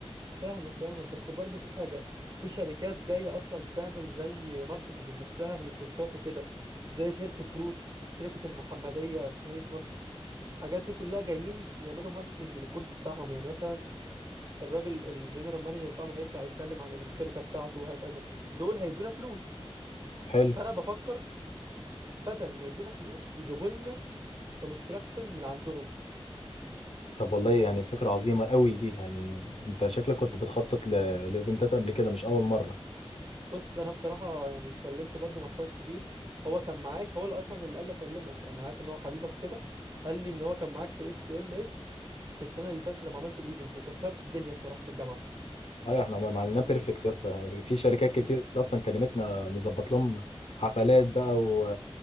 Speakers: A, on the right; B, on the left.
A: فاهمك فاهمك بس برضو في حاجة في شركات جاية أصلا تعمل زي ماركتنج لنفسها في الكورسات وكده زي شركة روت شركة المحمدية في مدينة نصر الحاجات دي كلها جايين يعملوا ماركتنج للكورس بتاعهم يعني مثلا الراجل الجنرال مانجر بتاعهم هيطلع يتكلم عن الشركة بتاعته وهكذا دول هيدونا فلوس
B: حلو
A: فانا بفكر بدل ما يدونا فلوس يجيبوا لنا كونستراكتور من عندهم
B: طب والله يعني فكره عظيمه قوي دي يعني انت شكلك كنت بتخطط ل- لايفنتات قبل كده مش اول مره
A: بص انا بصراحة يعني اتكلمت برضو مع اخويا الكبير هو كان معاك هو اللي اصلا اللي قال لي اكلمك يعني عارف ان هو حبيبك كده قال لي ان هو كان معاك في اس ام اس في السنة اللي فاتت لما عملتوا الايفنت وكسرتوا الدنيا بصراحة في الجامعة
B: ايوه احنا ما عملناه بيرفكت يس في شركات كتير اصلا كلمتنا نظبط لهم حفلات بقى و...